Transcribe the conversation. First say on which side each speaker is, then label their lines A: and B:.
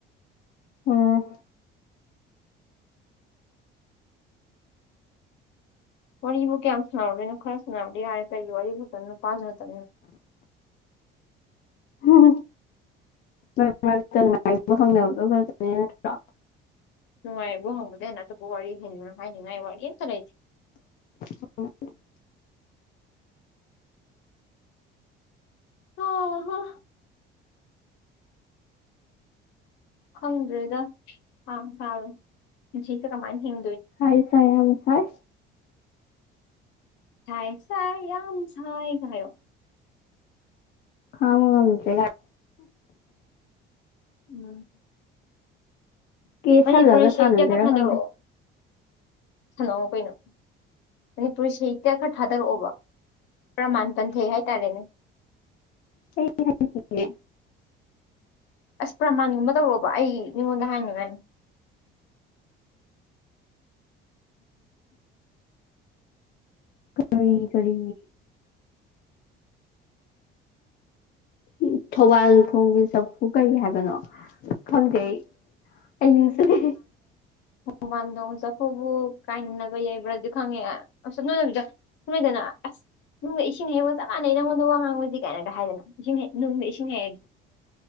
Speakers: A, on the left; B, on the left.
A: ꯎꯝ
B: ꯋꯥꯔꯤꯕꯨꯕꯨ ꯀꯌꯥꯝ ꯁꯥꯟꯅꯔꯒꯦꯅꯣ ꯈꯔ ꯁꯥꯟꯅꯔꯗꯤ ꯌꯥꯔꯦ ꯀꯔꯤꯔꯤꯕ ꯣ ꯄꯥꯁ ꯉ ꯇꯅꯤ
A: ꯍꯝ ꯃꯔ ꯃꯔꯛꯇ ꯅꯨꯡꯉꯥꯏ ꯈꯪꯗꯕ ꯈ ꯅꯠꯇ꯭ꯔ
B: ꯅꯨꯡꯉꯥꯏꯕꯕꯨ ꯍꯪꯕꯗ ꯍꯦꯟꯅ ꯑꯇꯣꯞꯄ ꯋꯥꯔꯤ ꯍꯥꯏꯅꯤꯡ ꯍꯥꯏꯅꯤꯡꯉꯥꯏ ꯋꯥꯔꯤ ꯑꯝꯇ ꯂꯩꯇꯦ
A: ꯍ
B: ꯍ ꯋꯥ ꯈꯪꯗ꯭ꯔꯦꯗ ꯍꯥꯡ ꯁꯥꯥꯡꯔꯦ ꯄꯨꯟꯆꯁꯦ ꯀꯃꯥꯏꯅ ꯍꯤꯡ
A: ꯍꯥꯏꯥꯏ ꯁꯥꯏ ꯑꯝ ꯊꯥꯏ
B: ꯁꯥꯏ ꯁꯥꯏ ꯌꯥꯝ ꯁꯥꯏ ꯊꯣ
A: ꯍꯥ ꯃꯝꯦ ꯀ
B: ꯎꯝ
A: ꯀꯦꯁꯜꯂꯒ
B: ꯃꯅꯤꯄꯨꯔꯤꯁꯦ
A: ꯁꯥꯟꯅꯖꯤꯔ
B: ꯀꯌꯥ ꯀꯥ ꯊꯥꯗꯔꯛꯑꯣ
A: ꯈꯪꯗꯦ
B: ꯁꯥꯟꯅꯑꯣ ꯀꯩꯅꯣ ꯃꯅꯤꯄꯨꯔꯤ ꯁꯍꯤꯛꯇ ꯈꯔ ꯊꯥꯗꯔꯛꯑꯣꯕ ꯄ꯭ꯔꯃꯥꯟ ꯄꯟꯊꯩ ꯍꯥꯏꯦ ꯇꯗꯅꯦ
A: ꯁ ꯍꯥꯏ ꯆꯦ
B: ꯑꯁ ꯄ꯭ꯔꯃꯥꯟꯒꯨꯝꯕ ꯇꯧꯔꯣꯕ ꯑꯩ ꯃꯤꯉꯣꯟꯗ ꯍꯥꯏꯅꯤꯡꯉꯥꯏꯅꯤ <inaudible>
A: ꯀꯔꯤ ꯀꯔꯤ ꯎ ꯊꯧꯕꯥꯜ ꯊꯣꯡꯒꯤ ꯆꯐꯨ ꯀꯔꯤ ꯍꯥꯏꯕꯅꯣ ꯈꯪꯖꯩ ꯑꯩ ꯅꯤꯡꯁꯤꯅꯦ
B: ꯃꯃꯥꯟꯗꯣꯡ ꯆꯐꯕꯨ ꯀꯥꯏꯅꯕ ꯌꯥꯏꯕ꯭ꯔꯥꯒ ꯈꯪꯉꯦꯁꯝꯅꯅꯕꯤꯗ ꯁꯗꯅ ꯑꯁ ꯅꯨꯡꯒ ꯏꯁꯤꯡ ꯍꯦꯛꯕ ꯆꯞ ꯃꯥꯟꯅꯩ ꯅꯉꯣꯟꯗ ꯋꯥ ꯉꯥꯡꯕꯗꯤ ꯀꯥꯏꯅꯒ ꯍꯥꯏꯗꯅ ꯏꯁꯤꯡ ꯍ ꯅꯨꯡꯁꯤꯡ ꯍ